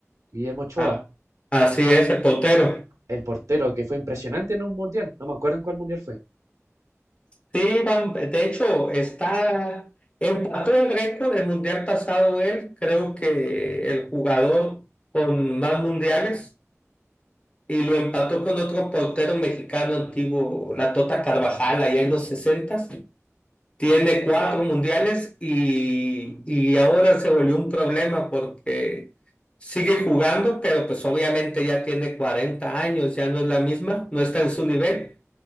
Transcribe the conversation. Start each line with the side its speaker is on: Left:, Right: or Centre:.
Right: Guillermo Ochoa,
Left: Ah, así es el portero.
Right: el portero que fue impresionante en un mundial. No me acuerdo en cuál mundial fue.
Left: Sí, van- de hecho, está, empató el récord del mundial pasado él, creo que el jugador con más mundiales, y lo empató con otro portero mexicano antiguo, la Tota Carvajal, allá en los sesentas. Tiene cuatro mundiales y, y ahora se volvió un problema porque sigue jugando, pero pues obviamente ya tiene 40 años, ya no es la misma, no está en su nivel.